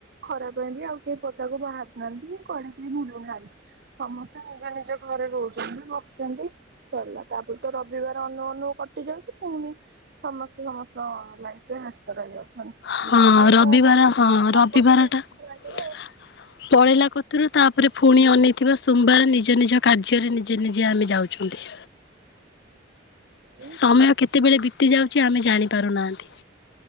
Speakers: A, on the right; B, on the left.
A: ଖରା ପାଇଁ ବି ଆଉ କେହି ପଦାକୁ ବାହାରୁନାହାନ୍ତି କି କୁଆଡେ କେହି ବୁଲୁ ନାହାନ୍ତି। ସମସ୍ତେ ନିଜ ନିଜ ଘରେ ରହୁଛନ୍ତି ବସୁଛନ୍ତି। ସରିଲା ତାପରେ ତ ରବିବାର ଅନୋଉ ଅନୋଉ କଟି ଯାଉଛି। <unintelligible> ସମସ୍ତେ ସମସ୍ତ ଲାଇଫରେ ବେସ୍ <unintelligible>
B: ହଁ
A: ଆଉ କଣ
B: ରବିବାର
A: କରିବା
B: ହଁ
A: ଆଉ
B: ରବିବାରଟା
A: ଆଗ ଭଳିଆ କିଛି ଲାଗୁନି ଆଉ।
B: <inaudible> ପଳେଇଲା କତୁରୁ ତାପରେ ପୁଣି ଅନେଇଥିବା ସୋମବାର ନିଜ ନିଜ କାର୍ଯ୍ୟରେ ନିଜେ ନିଜେ ଆମେ ଯାଉ ଛନ୍ତି
A: ଏଇ
B: ସମୟ କେତେବେଳେ ବିତି ଯାଉଛି ଆମେ ଜାଣି ପାରୁନାହାନ୍ତି।